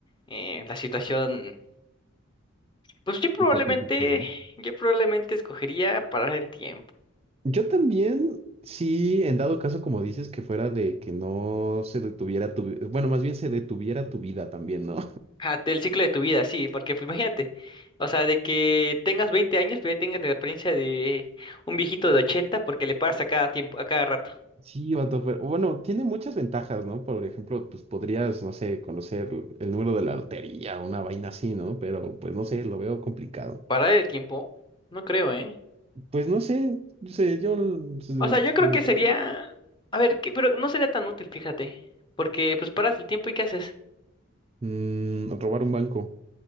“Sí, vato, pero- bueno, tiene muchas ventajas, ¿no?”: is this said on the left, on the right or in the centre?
Right